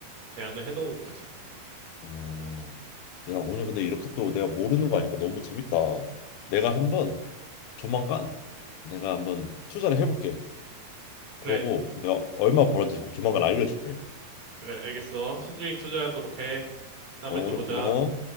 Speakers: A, on the right; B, on the left.
A: 제한을 해놓은 거지.
B: 어, 야, 오늘 근데 이렇게 또 내가 모르는 거 아니까 너무 재밌다. 내가 한번 조만간 내가 한번 투자를 해볼게.
A: 그래,
B: 그러고 내가 얼마 벌었는지 그 조만간 알려줄게.
A: 그래, 알겠어. 신중히 투자하도록 해. 다음에
B: 어,
A: 또
B: 오늘
A: 보자.
B: 고마워.